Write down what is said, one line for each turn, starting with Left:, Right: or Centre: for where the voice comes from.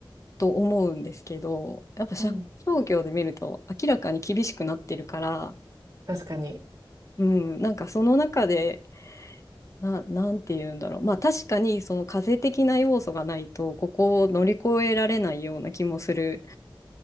Left: と思うんですけど、やっぱ社会状況で見ると明らかに厳しくなってるから、
Right: うん、確かに。
Left: うん、なんかその中で、な、なんて言うんだろう。まあ確かにその風邪的な要素がないと、ここを乗り越えられないような気もする